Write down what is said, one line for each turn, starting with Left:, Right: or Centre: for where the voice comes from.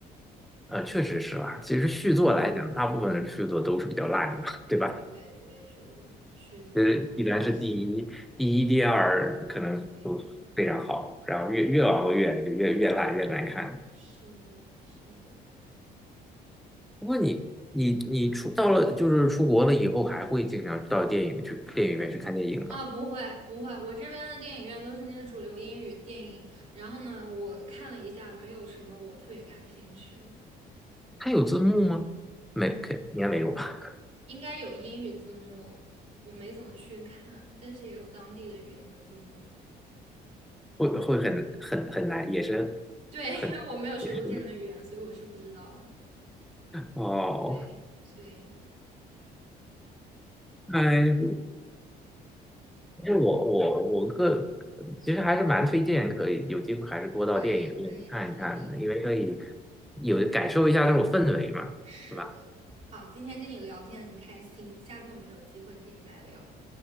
Centre: 呃，确实是啊，其实续作来讲，大部分的续作都是比较烂的嘛对吧？
Right: 对，我也觉得续作真的不行。
Centre: 呃，依然是第一，第一、第二可能都非常好，
Right: 对，
Centre: 然后越越往后越就越越烂越难看。
Right: 对，是的，是的。
Centre: 不过你你你出到了就是出国了以后，还会经常到电影去电影院去看电影吗？
Right: 啊，不会不会，我这边的电影院都是那些主流英语电影，然后呢，我看了一下，没有什么我特别感兴趣的。
Centre: 它有字幕吗？
Right: 嗯。
Centre: 没，肯应该没有吧？
Right: 应该有英语字幕，我没怎么去看，但是也有当地的语言的字幕。
Centre: 会会很很很难，也是
Right: 对，
Centre: 很也是
Right: 因为我没有学过这门语言，所以我是不知道的。
Centre: 哦。
Right: 对，所以
Centre: 哎，因为我我我个其实还是蛮推荐，可以有机会还是多到电影院去看一看的，
Right: 可以可以的，好的，
Centre: 因为可以有感受一下那种氛围嘛，
Right: 是的。
Centre: 是吧？
Right: 好，今天跟你聊天很开心，下次我们有机会可以再聊，